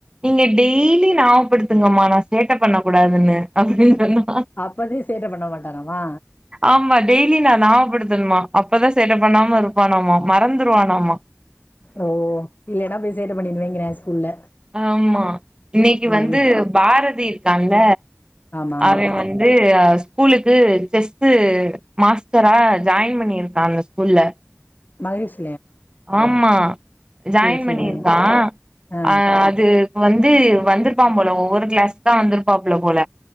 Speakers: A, on the right (about 20°); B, on the left (about 40°).
A: நீங்க டெய்லி ஞாபகபடுத்துங்கம்மா நா சேட்ட பண்ணக்க கூடாதுன்னு அப்டின்னு சொன்னா
B: அப்பத சேட்ட பண்ண மாட்டாரு அஹ மா
A: ஆமா டெய்லி நா ஞாபப்படுத்தணுமா அப்பதா சேட்ட பண்ணாம இருப்பானமா மறந்துருவானமா
B: ஓ இல்லனா பேச சேட்ட பண்ணிருவீங்க ஸ்கூல்ல
A: ஆமா இன்னிக்கு
B: சேரி
A: வந்து பாரதி அந்த
B: ஆமா
A: அவ வந்து ஹாஸ் ஸ்கூலுக்கு செஸ்ட்டு மாஸ்டரா ஜாயின் பண்ணிருக்கா அந்த ஸ்கூல்ல
B: ஹரிஷ்
A: ஆமா ஜாயின்
B: சேரி சேரி
A: பண்ணியிருக்கா
B: ஆ
A: அ அது வந்து வந்திருப்பா போல ஒவ்வொரு கிளாஸ் தா வந்திருப்புல போல போல